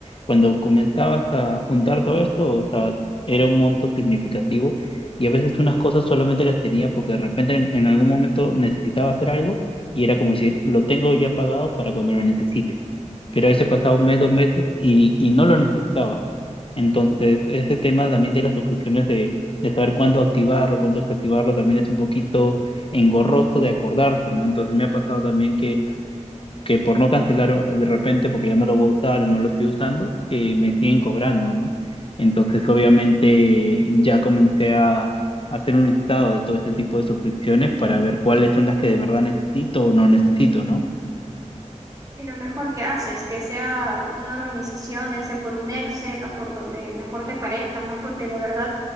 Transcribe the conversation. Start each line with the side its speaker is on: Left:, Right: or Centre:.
Left: cuando comenzabas a juntar todo esto, o sea, era un monto significativo y a veces unas cosas solamente las tenía porque de repente en en algún momento necesitaba hacer algo y era como decir, lo tengo ya pagado para cuando lo necesite. Pero a veces pasaba un mes, dos meses y, y no lo necesitaba. Entonces, ese tema también de las suscripciones, de, de saber cuándo activarlo, cuándo desactivarlo, también es un poquito engorroso de acordarse, ¿no? Entonces, me ha pasado también que, que por no cancelar o- de repente, porque ya no lo voy a usar o no lo estoy usando, eh, me siguen cobrando, ¿no? Entonces, obviamente, ya comencé a hacer un listado de todo este tipo de suscripciones para ver cuáles son las que de verdad necesito o no necesito, ¿no?
Right: Y lo mejor que haces, que sea una organización, ya sea por un Excel o por donde mejor te parezca, ¿no? Porque de verdad,